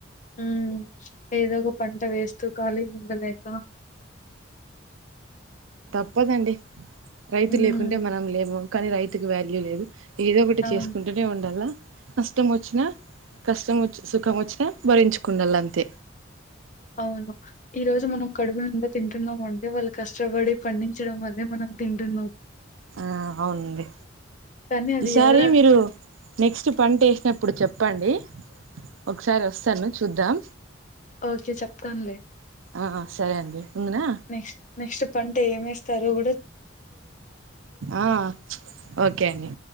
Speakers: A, on the left; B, on the right.
A: హ్మ్ ఏదో ఏదోక పంట వేస్తూ ఖాళీ ఉండలేక
B: ప్పదండి రైతు
A: హ్మ్.
B: లేకుంటే మనం లేము కానీ రైతుకి వాల్యూ లేదు ఏదో ఒకటి
A: అవును.
B: చేస్కుంటూనే ఉండాల నష్టమోచ్చినా కష్టం వచ్చి సుఖమోచ్చినా భరించ్కుడాలంతే
A: అవును ఈ రోజు మనం కడుపు నిండా తింటున్నాం అంటే వాళ్ళ కష్టపడి పండించడం వల్లే మనం తింటున్నాం
B: ఆ అవునండి
A: కానీ అది
B: ఈసారి
A: ఎవరు అర్
B: మీరు నెక్స్ట్ పంటేష్నప్పుడూ చె చెప్పండి ఒక్కసారి వస్తాను చూద్దాం
A: ఓకే చెప్తాల్నే
B: ఆ సరే అండి ఉందునా
A: నెక్స్ట్ నెక్స్ట్ పంట ఏం ఎస్తారో త్తరు కూడా
B: ఆ ఓకే అండి